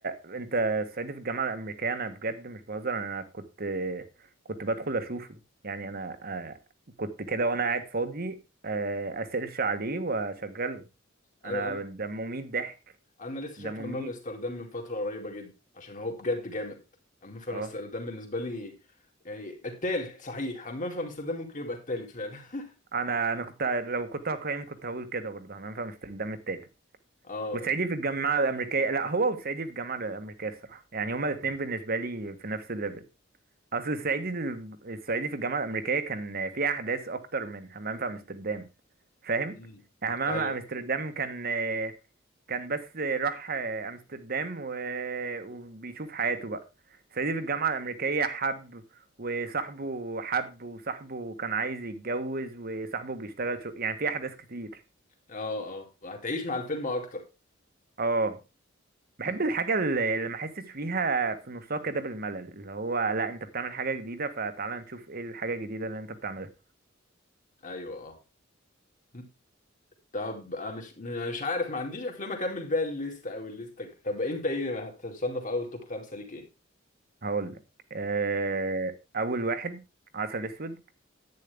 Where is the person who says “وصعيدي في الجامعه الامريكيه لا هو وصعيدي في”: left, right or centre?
Right